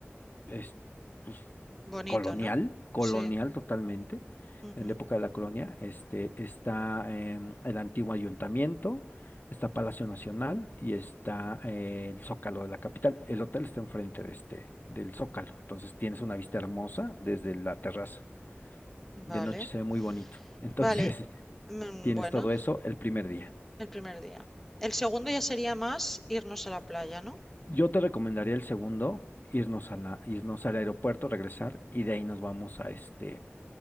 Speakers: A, on the left; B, in the centre.
A: es, pues,
B: Bonito,
A: colonial,
B: ¿no?
A: colonial
B: Sí.
A: totalmente,
B: ujú.
A: en la época de la colonia. Este, está em, el antiguo ayuntamiento, está Palacio Nacional y está eh, el Zócalo de la capital. El hotel está enfrente de este, del Zócalo, entonces tienes una vista hermosa desde la terraza
B: Vale.
A: de noche se ve muy bonito. Entonces,
B: Vale.
A: <laughs>
B: mm,
A: tienes
B: Bueno,
A: todo eso el primer día.
B: el primer día. El segundo ya sería más irnos a la playa, ¿no?
A: Yo te recomendaría el segundo, irnos a la, irnos al aeropuerto, regresar, y de ahí nos vamos a este,